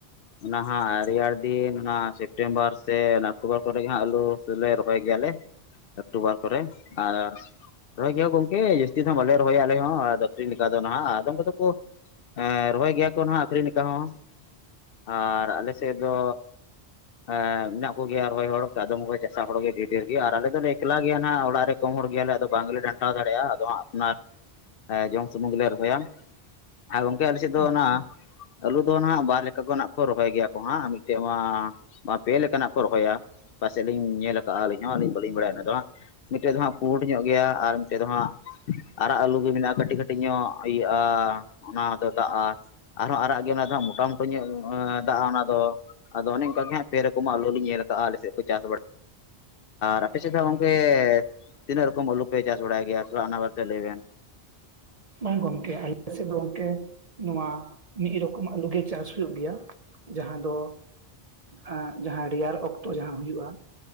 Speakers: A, on the left; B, on the right.
A: ᱚᱱᱟ ᱦᱟᱸᱜ ᱨᱮᱭᱟᱲ ᱫᱤᱱ ᱚᱱᱟ ᱥᱮᱯᱴᱮᱢᱵᱟᱨ ᱥᱮ ᱚᱠᱴᱳᱵᱚᱨ ᱠᱚᱨᱮ ᱡᱟᱦᱟ ᱟᱹᱞᱩ ᱥᱮᱞᱮ ᱨᱚᱦᱚᱭ ᱜᱮᱭᱟᱞᱮ, ᱚᱠᱴᱳᱵᱟᱨ ᱠᱚᱨᱮ ᱟᱨ, ᱨᱚᱦᱚᱭ ᱜᱮᱭᱟ ᱜᱚᱝᱠᱮ ᱡᱟᱹᱥᱛᱤ ᱫᱚ ᱦᱟᱜ ᱵᱟᱞᱮ ᱨᱚᱦᱚᱭᱟ ᱟᱞᱮ ᱦᱚᱸ ᱟᱠᱷᱤᱨᱤᱧ ᱞᱮᱠᱟ ᱫᱚ ᱱᱟᱦᱟᱜ ᱟᱫᱚᱢ ᱠᱚᱫᱚ ᱠᱚ, ᱮ ᱨᱚᱦᱚᱭ ᱜᱮᱭᱟ ᱠᱚ ᱦᱟᱸᱜ ᱟᱹᱠᱷᱨᱤᱧ ᱞᱮᱠᱟ ᱦᱚᱸᱚᱸ ᱟᱨ ᱟᱞᱮ ᱥᱮᱜ ᱫᱚ, ᱮᱜ ᱢᱮᱱᱟᱜ ᱠᱚ ᱜᱮᱭᱟ ᱨᱚᱦᱚᱭ ᱦᱚᱲ ᱟᱫᱚᱢ ᱠᱚ ᱪᱟᱥᱟ ᱦᱚᱲᱜᱮ ᱰᱤ ᱰᱷᱮᱨ ᱜᱮ ᱟᱨ ᱟᱞᱮ ᱫᱚᱞᱮ ᱮᱠᱞᱟ ᱜᱮᱭᱟ ᱦᱟᱜ ᱚᱲᱟᱜ ᱨᱮ ᱠᱚᱢ ᱦᱚᱲ ᱜᱮᱭᱟᱞᱮ ᱟᱫᱚ ᱵᱟᱝ ᱜᱮ ᱰᱟᱱᱴᱟᱣ ᱫᱟᱲᱮᱼᱟ ᱟᱫᱚ ᱦᱟᱸᱜ ᱱᱟᱲ ᱮ ᱡᱚᱢ ᱥᱩᱱᱩᱢ ᱜᱮᱞᱮ ᱨᱚᱦᱚᱭᱟ ᱟᱨ ᱜᱚᱝᱠᱮ ᱟᱞᱮ ᱥᱮᱫ ᱫᱚ
B: ᱟᱪᱪᱷᱟ
A: ᱚᱱᱟ, ᱟᱹᱞᱩ ᱫᱚ ᱦᱟᱸᱜ ᱵᱟᱨ ᱞᱮᱠᱟ ᱱᱟᱜ ᱠᱚ ᱨᱚᱦᱚᱭ ᱜᱮᱭᱟ ᱠᱚ ᱦᱟᱸᱜ ᱢᱤᱫᱴᱮᱡ ᱢᱟ ᱵᱟ ᱯᱮ ᱞᱮᱠᱟᱱᱟᱜ ᱠᱚ ᱨᱚᱦᱚᱭᱟ᱾ ᱯᱟᱥᱮᱜ ᱞᱤᱧ ᱧᱮᱞ ᱠᱟᱜᱼᱟ ᱟᱹᱞᱤᱧ ᱦᱚᱸᱞᱤᱧ ᱵᱟᱹᱞᱤᱧ ᱵᱟᱲᱟᱭᱟ ᱚᱱᱟ ᱫᱚ ᱦᱟᱸᱜ ᱢᱤᱫᱴᱮᱡ ᱫᱚ ᱦᱟᱸᱜ ᱯᱩᱰ ᱧᱚᱜ ᱜᱮᱭᱟ ᱟᱨ ᱢᱤᱫᱴᱮᱡ ᱫᱚ ᱦᱟᱸᱜ, ᱟᱨᱟᱜ ᱟᱹᱞᱩ ᱜᱮ ᱢᱮᱱᱟᱜᱼᱟ ᱠᱟᱹᱴᱤᱡ ᱠᱟᱹᱴᱤᱡ ᱧᱚᱜ ᱤᱭᱟᱹᱜᱼᱟ ᱚᱱᱟ ᱦᱚᱸᱫᱚ ᱫᱟᱜᱼᱟ᱾ ᱟᱨᱦᱚᱸ ᱟᱨᱟᱜ ᱜᱮ ᱚᱱᱟ ᱫᱚ ᱦᱟᱸᱜ ᱢᱚᱴᱟ ᱢᱚᱴᱟ ᱧᱮᱞ ᱮᱻᱦ ᱫᱟ-ᱟ ᱚᱱᱟ ᱫᱚ᱾ ᱟᱫᱚ ᱚᱱᱮ ᱚᱱᱠᱟᱜᱮ ᱦᱟᱸᱜ ᱯᱮ ᱨᱳᱠᱚᱢᱟ ᱟᱞᱚ ᱞᱤᱧ ᱧᱮᱞ ᱠᱟᱜᱼᱟ ᱟᱞᱮ ᱥᱮᱫ ᱠᱚ ᱪᱟᱥ ᱵᱟᱲᱟ ᱟᱨ ᱯᱮ ᱥᱮᱫ ᱫᱚ ᱜᱚᱝᱠᱮ ᱛᱤᱱᱟᱹ ᱨᱚᱠᱚᱢ ᱟᱞᱩ ᱯᱮ ᱪᱟᱥ ᱵᱟᱲᱟᱭ ᱜᱮᱭᱟ ᱛᱷᱚᱲᱟ ᱚᱱᱟ ᱵᱟᱨᱛᱮ ᱞᱟᱹᱭ ᱵᱮᱱ᱾
B: ᱚᱝ ᱜᱚᱝᱠᱮ <inaudible> ᱥᱮᱫ ᱫᱚ ᱜᱚᱝᱠᱮ ᱱᱚᱣᱟ ᱢᱤᱫ ᱨᱚᱠᱚᱢ-ᱟᱜ ᱟᱞᱩ ᱜᱮ ᱪᱟᱥ ᱦᱩᱭᱩᱜ ᱜᱮᱭᱟ᱾ ᱡᱟᱦᱟᱸ ᱫᱚ ᱮᱜ ᱡᱟᱦᱟᱸ ᱨᱮᱭᱟᱲ ᱚᱠ ᱛᱚ ᱡᱟᱦᱟᱸ ᱦᱩᱭᱩᱜᱼᱟ